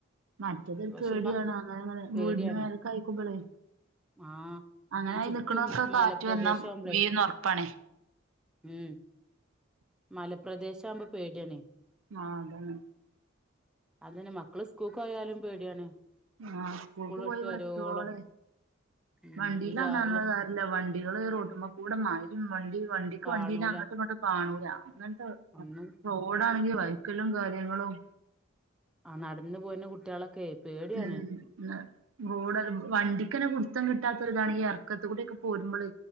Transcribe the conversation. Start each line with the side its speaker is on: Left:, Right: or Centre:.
Right: മറ്റതൊരു
Centre: പക്ഷെ
Right: പേടിയാണ്
Centre: മ
Right: അങ്ങനെ അങ്ങനെ
Centre: പേടിയാണ്
Right: വീടിന് മേലക്കായിക്കുമ്പളെ
Centre: ആഹ്
Right: അങ്ങനായി
Centre: ഈ ചുറ്റും
Right: നിക്ക്ണോക്കെ
Centre: മലപ്രദേശം
Right: കാറ്റ് വന്നാ
Centre: ആവുമ്പളേ
Right: വീഴുന്ന് ഒറപ്പാണേ
Centre: ഉം മലപ്രദേശവുമ്പം പേടിയാണേ
Right: ആഹ് അതാണ്
Centre: അതെന്നെ മക്കള് സ്കൂൾക്ക് പോയാലും പേടിയാണ്
Right: ആഹ സ്കൂൾക്ക്
Centre: സ്കൂൾ വിട്ട്
Right: പോയി ഇവടെ
Centre: വരോളം
Right: എത്തോളെ
Centre: ഉം
Right: വണ്ടിയിലാണ്ന്ന്
Centre: ഇനി രാവിലെ
Right: പറഞ്ഞിട്ട് കാ എന്താ വണ്ടികള് റോട്ടുമ്മകൂടെ മഴി വണ്ടിം വണ്ടിക്ക്
Centre: കാണൂല
Right: വണ്ടീനെ അങ്ങട്ടുംങ്ങട്ടും കാണൂല അങ്ങനത്തെ
Centre: ഒന്നും
Right: റോഡാണെങ്കി വൈക്കലും കാര്യങ്ങളും
Centre: ആഹ് നടന്ന് പോരണ കുട്ടികളൊക്കെ പേടിയാണ്
Right: ഉം ന റോഡരുമ്പം വണ്ടി ക്കെന്നെ പുട്ത്തം കിട്ടാത്തൊരുതാണ് ഈ എറക്കത്ത് കൂടെ ഒക്കെ പോരുമ്പള്